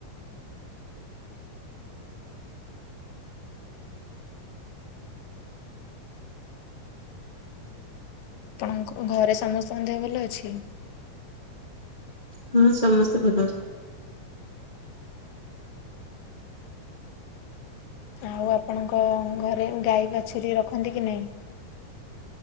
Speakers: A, on the left (about 85°); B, on the left (about 30°).
A: ଘ ଘରେ ସମସ୍ତଙ୍କ ଦେହ ଭଲ ଅଛି?
B: ହଁ ସମସ୍ତେ ଭଲ ଅଛନ୍ତି।
A: ଆଉ ଆପଣଙ୍କ ଘରେ ଗାଈ ବାଛୁରୀ ରଖନ୍ତି କି ନାହିଁ?